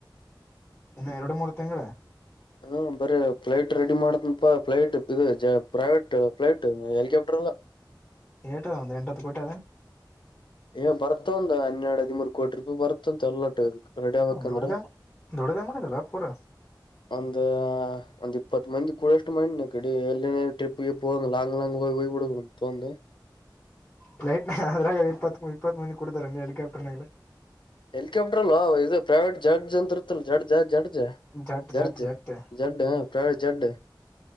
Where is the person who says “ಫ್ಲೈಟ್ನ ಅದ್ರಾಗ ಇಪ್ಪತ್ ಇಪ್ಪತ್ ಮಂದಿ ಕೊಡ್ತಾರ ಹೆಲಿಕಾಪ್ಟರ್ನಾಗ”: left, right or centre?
Left